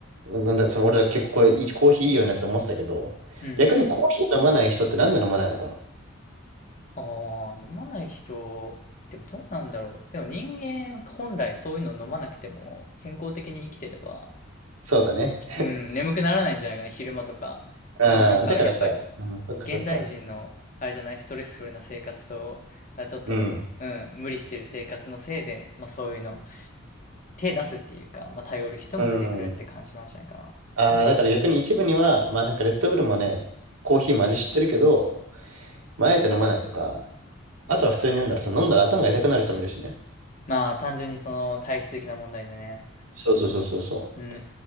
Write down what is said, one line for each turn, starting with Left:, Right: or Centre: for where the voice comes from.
Right: なんだろう、その、俺ら結構これいい、コーヒーいいよねって思ってたけど、
Left: うんうんうん。
Right: 逆にコーヒー飲まない人ってなんで飲まないのかな
Left: ああ、飲まない人、でもどうなんだろう。でも人間本来そういうの飲まなくても健康的に生きてれば、
Right: そうだね。
Left: うん、眠くならないんじゃないかな、昼間とか。
Right: ああ、
Left: でもなんかやっぱり
Right: だからさ、うん、そっかそっか。
Left: 現代人の、あれじゃない、ストレスフルな生活と、あ、ちょっと、
Right: うん。
Left: うん、無理してる生活のせいで、まあそういうの、手出すっていうか、まあ頼る人も出てくるって感じなんじゃないかな。
Right: うん。ああ、だから逆に一部には、まあなんかレッドブルもね、コーヒーも味知ってるけど、まああえて飲まないとか、あとは普通になんだろう、その飲んだら頭が痛くなる人もいるしね。
Left: まあ単純にその体質的な問題でね。
Right: そうそうそうそうそう。
Left: うん、うんう